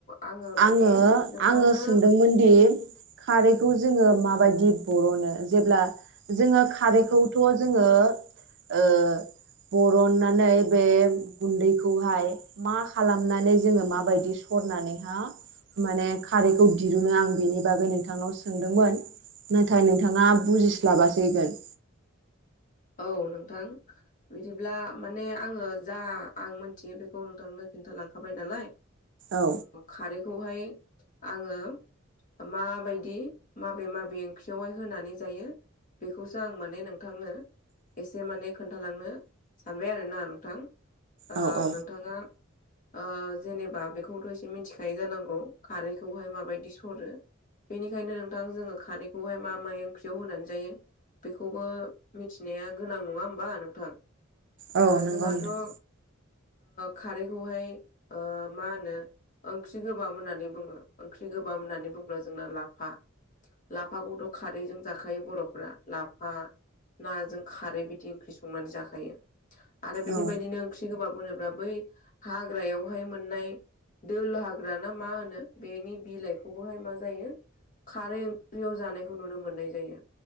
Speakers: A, on the left; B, on the right.
A: आङो
B: आङो
A: माने नोंथांनो
B: आङो सोंदोंमोन दि खारैखौ जोङो माबायदि बर'नो जेब्ला जोङो खारैखौथ' जोङो ओ बरननानै बे गुन्दैखौहाय मा खालामनानै जोङो माबायदि सरनानै माने खारैखौ दिरुनो आं बेनि बागै नोंथांनाव सोंदोंमोन नाथाय नोंथाङा बुजिस्लाबासैगोन
A: औ नोंथां बिदिब्ला माने आङो जा आं मिथियो बेखौ नोंथांनो खिन्थालांखाबाय नालाय
B: औ
A: खारैखौहाय आङो माबायदि माबे माबे ओंख्रियावहाय होनानै जायो बेखौसो आं माने नोंथांनो एसे माने खोन्थालांनो सानबाय आरोना नोंथां ओ
B: औ औ
A: नोंथाङा ओ जेनेबा बेखौथ' एसे मिथिखायो जानांगौ खारैखौहाय माबायदि सरो बेनिखायनो नोंथां जोङो खारैखौहाय मा मा ओंख्रियाव होनानै जायो बेखौबो नाया गोनां नङा होमबा नोंथां
B: औ नंगौ
A: जोंहाथ'
B: नोंथां
A: ओ खारैखौहाय ओ मा होनो ओंख्रि गोबाब होननानै बुङो ओंख्रि गोबाब होननानै बुंब्ला जोंना लाफा लाफाखौथ' खारैजों जाखायो बर'फ्रा लाफा नाजों खारै बिदि ओंख्रि संनानै जाखायो आरो बेफोरबायदिनो
B: औ
A: ओंख्रि गोबाब होनोब्ला बै हाग्रायावहाय मोननाय दोल हाग्राना मा होनो बेनि बिलाइखौबोहाय मा जायो खारै ओंख्रियाव जानायखौ नुनो मोननाय जायो